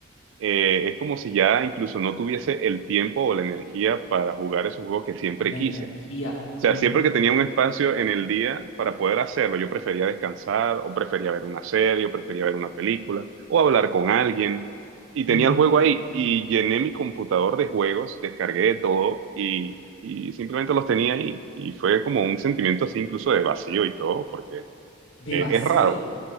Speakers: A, on the right (about 70°); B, on the left (about 85°).
A: eh, es como si ya incluso no tuviese el tiempo o la energía para jugar esos juegos que siempre
B: La
A: quise.
B: energía
A: O sea,
B: ujú,
A: siempre que tenía un espacio en el día para poder hacerlo, yo prefería descansar o prefería ver una serie o prefería ver una película o hablar con alguien. Y tenía
B: ujú,
A: el juego ahí y llené mi computador de juegos, descargué de todo y, y simplemente los tenía ahí. Y fue como un sentimiento así incluso de vacío y todo, porque
B: de
A: eh,
B: vacío,
A: es raro,